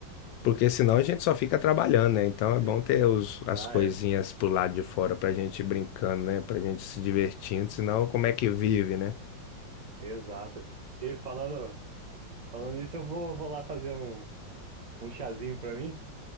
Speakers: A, on the left (about 75°); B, on the right (about 30°).
A: porque senão a gente só fica trabalhando, né? Então é
B: Sim.
A: bom ter os, as
B: Ah,
A: coisinhas
B: é,
A: pro lado de fora pra gente ir brincando, né? Pra gente se divertindo, senão como é que vive, né?
B: exato. E falando, falando isso, eu vou, vou lá fazer um, um chazinho pra mim